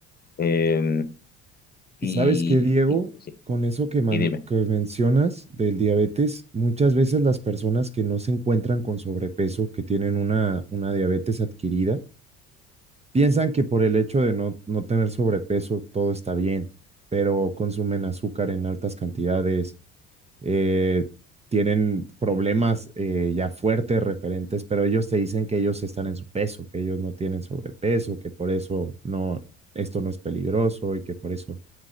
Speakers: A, on the left; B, on the right.
A: Eh, y,
B: ¿Y sabes qué, Diego?
A: y, sí,
B: Con eso que, man-
A: y dime,
B: que mencionas del diabetes, muchas veces las personas que no se encuentran con sobrepeso, que tienen una, una diabetes adquirida, Piensan que por el hecho de no, no tener sobrepeso todo está bien, pero consumen azúcar en altas cantidades, eh, tienen problemas eh, ya fuertes referentes, pero ellos te dicen que ellos están en su peso, que ellos no tienen sobrepeso, que por eso no, esto no es peligroso y que por eso